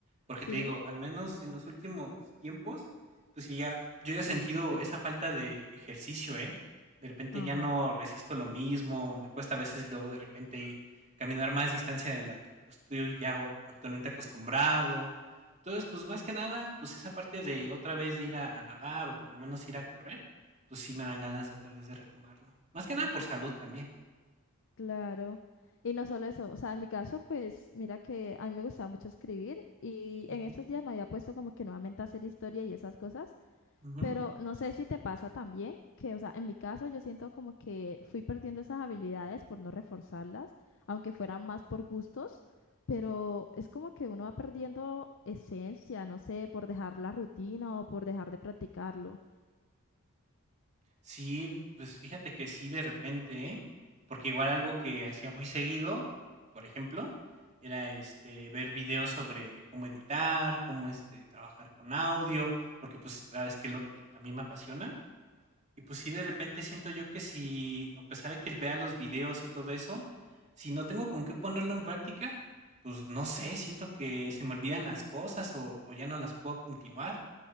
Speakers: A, on the right; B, on the left.
A: porque
B: Sí,
A: te digo, al menos en los últimos tiempos, pues sí ya yo ya he sentido esa falta de ejercicio, ¿eh? De repente
B: ajá,
A: ya no resisto lo mismo, me cuesta a veces luego de repente caminar más distancia de la que estoy ya o- actualmente acostumbrado. Entonces, pues más que nada, pues esa parte de otra vez de ir a, a nadar o por lo menos ir a correr, pues sí me dan ganas de otra vez de retomarlo. Más que nada por salud también.
B: claro. Y no solo eso, o sea, en mi caso, pues mira que a mí me gustaba mucho escribir y
A: Ujú,
B: en estos días me había puesto como que nuevamente a hacer historia y esas cosas.
A: ujú.
B: Pero no sé si te pasa también, que, o sea, en mi caso yo siento como que fui perdiendo esas habilidades por no reforzarlas, aunque fueran más por gustos, pero es como que uno va perdiendo esencia, no sé, por dejar la rutina o por dejar de practicarlo.
A: Sí, pues fíjate que sí, de repente, ¿eh? Porque igual algo que hacía muy seguido, por ejemplo, era este ver videos sobre cómo editar, cómo este trabajar con audio, porque pues sabes que es lo que a mí me apasiona. Y pues sí, de repente siento yo que si, a pesar de que vea los videos y todo eso, si no tengo con qué ponerlo en práctica, pues no sé, siento que se me olvidan las cosas o, o ya no las puedo continuar.